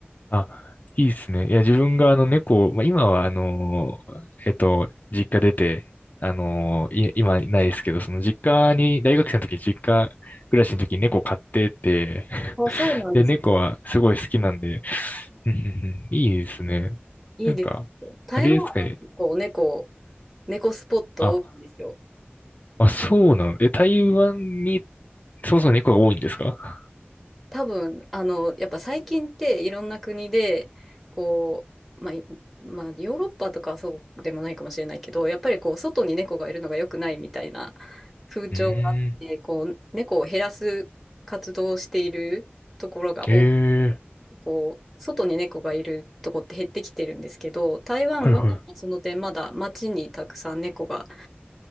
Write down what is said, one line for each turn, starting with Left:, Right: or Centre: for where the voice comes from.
Left: あ、いいですね。いや、自分があの猫を、まあ、今はあの、えっと、実家出て、あの、い、今ないですけど、その実家に、大学生の時、実家暮らしの時に猫飼ってて、<laughs>
Centre: そうそうなんです。
Left: で、猫はすごい好きなんで、うんうんうんいいですね。
Centre: いいですよ。
Left: なんか、
Centre: 台湾は結構猫、
Left: あれですかね。
Centre: 猫スポット多いんですよ。
Left: あ、あ、そうなの。え、台湾に、そもそも猫が多いんですか
Centre: 多分、あの、やっぱ最近っていろんな国で、こう、まあ、いまあ、ヨーロッパとかはそうでもないかもしれないけど、やっぱりこう、外に猫がいるのが良くないみたいな風潮があって、
Left: うーん。
Centre: こう、猫を減らす活動をしているところが多く、
Left: ええ
Centre: こう、外に猫がいるとこって減ってきてるんですけど、台湾はその点まだ街にたくさん猫が
Left: はいはい。